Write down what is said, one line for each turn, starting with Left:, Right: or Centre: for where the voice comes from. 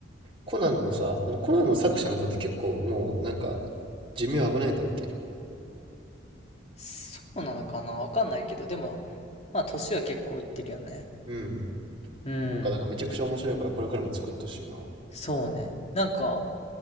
Right: コナンのさ、でもコナンの作者の人って結構もうなんか寿命危ないんだっけ
Left: そうなのかなわかんないけど、でも、まあ、年は結構いってるよね。
Right: うん。
Left: うん。
Right: なんかだからめちゃくちゃ面白いからこれからも作ってほしいな。
Left: そうね。なんか、